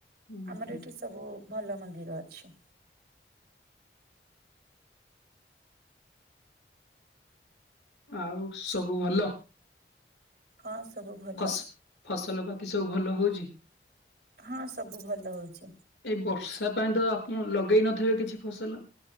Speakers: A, on the left; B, on the right.
A: ହୁଁ
B: ଆମର
A: ହୁଁ
B: ଏଠି ସବୁ ଭଲ ମନ୍ଦିର ଅଛି।
A: ଆଉ ସବୁ ଭଲ?
B: ହଁ ସବୁ ଭଲ।
A: ଫସ ଫସଲ ବାକି ସବୁ ଭଲ ହଉଛି?
B: ହଁ ସବୁ ଭଲ ହଉଛି
A: ଏଇ ବର୍ଷା ପାଇଁ ତ <unintelligible> ଲଗେଇ ନଥିବ କିଛି ଫସଲ?